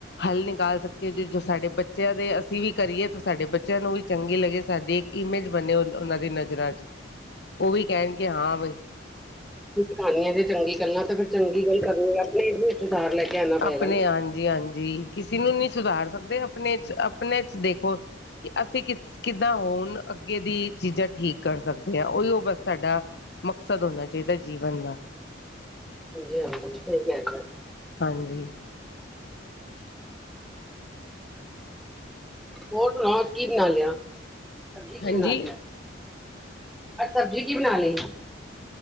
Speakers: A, on the left (about 55°); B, in the centre.
A: ਹੱਲ ਨਿਕਾਲ ਸਕੀਏ ਜੇ ਸਾਡੇ ਬੱਚਿਆਂ ਦੇ ਅਸੀਂ ਵੀ ਕਰੀਏ ਤਾਂ ਸਾਡੇ ਬੱਚਿਆਂ ਨੂੰ ਵੀ ਚੰਗੀ ਲੱਗੇ, ਸਾਡੀ ਇੱਕ ਇਮੇਜ ਬਣੇ ਉਹਨਾਂ ਦੀ ਨਜ਼ਰਾਂ 'ਚ।
B: <unintelligible>
A: ਉਹ ਵੀ ਕਹਿਣਗੇ ਹਾਂ ਬਈ
B: ਕਾਨੀਆਂ ਤੇ ਚੰਗੀ ਗੱਲਾਂ ਤੇ ਫਰ ਚੰਗੀ ਗੱਲ ਕਰਨੀ ਆਪਣੇ ਘਰ ਲੈ ਕੇ ਪਏਗਾ
A: ਆਪਣੇ
B: ਨਾ
A: ਹਾਂਜੀ ਹਾਂਜੀ ਕਿਸੇ ਨੂੰ ਨਹੀਂੀ ਸੁਧਾਰ ਸਕਦੇ ਆਪਣੇ ਚ ਆਪਣੇ ਚ ਦੇਖੋ ਕਿ ਅਸੀਂ ਕਿ ਕਿੱਦਾਂ ਹੋਣ ਅੱਗੇ ਦੀ ਚੀਜ਼ਾਂ ਠੀਕ ਕਰ ਸਕਦੇ ਆ ਉਹੀਓ ਬਸ ਸਾਡਾ ਮਕਸਦ ਹੋਣਾ ਚਾਈਦਾ ਜੀਵਨ ਦਾ
B: ਹਾਂਜ ਹਾਂਜੀ, ਸਈ ਕੇ ਰਏ ਔ।
A: ਹਾਂਜੀ।
B: ਹੋ ਸੁਣਾ ਆਜ ਕੀ ਬਣਾ ਲਿਆ? ਸਬਜ਼ੀ ਕੀ
A: ਹਾਂਜੀ
B: ਬਣਾ ਲੀਏ? ਆਜ ਸਬਜ਼ੀ ਕੀ ਬਣਾ ਲਈ?